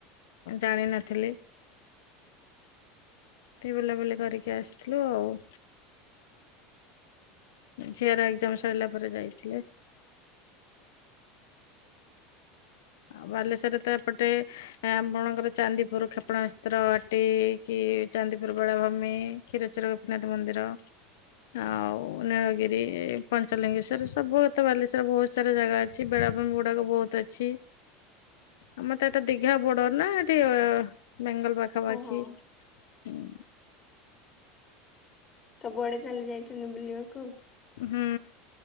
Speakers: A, on the left; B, on the left.
A: ଜାଣିନଥିଲି। ତି ବୁଲା ବୁଲି କରିକି ଆସିଲୁ ଆଉ। ଝିଅର ଏକଜାମ ସରିଲା ପରେ ଯାଇଥିଲେ। ଆଉ ବାଲେଶ୍ଵରରେ ତ ଏପଟେ ଆପଣଙ୍କର ଚାନ୍ଦିପୁର କ୍ଷେପଣାସ୍ତ୍ର ଘାଟି କି? ଚାନ୍ଦିପୁର ବେଳାଭୂମି କ୍ଷୀରଚୋରା ଗୋପୀନାଥ ମନ୍ଦିର ଆଉ ନୀଳଗିରି ପଞ୍ଚଲିଙ୍ଗେଶ୍ଵର ସବୁ ତ ବାଲେଶ୍ଵର ବହୁତ ସାରା ଜାଗା ଅଛି ବେ ଗୁଡାକ ବହୁତ ଅଛି ଆମର ତ ଏଟା ଦିଘା ବଡ ନାଁ ଏଠି ବେଙ୍ଗଲ ପାଖାପାଖି
B: ଓହୋ
A: ହୁଁ
B: ସବୁଆଡେ ତାହେଲେ ଯାଇଛନ୍ତି ବୁଲିବାକୁ?
A: ହୁଁ।